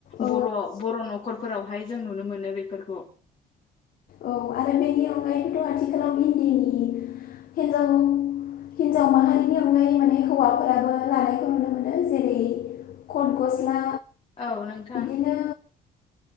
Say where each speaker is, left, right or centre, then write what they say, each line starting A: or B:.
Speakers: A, on the left; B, on the left.
A: औ
B: बर' बर' न'खर फोरावहाय जों नुनो मोनो बेफोरखौ।
A: औ आरो बेनि अनगायैबोथ' आथिखालाव इनदिनि हिन्जाव हिन्जाव माहारिनि अनगायै माने हौवाफोराबो लानायखौ नुनो मोनो जेरै कट गस्ला
B: औ नोंथां
A: बिदिनो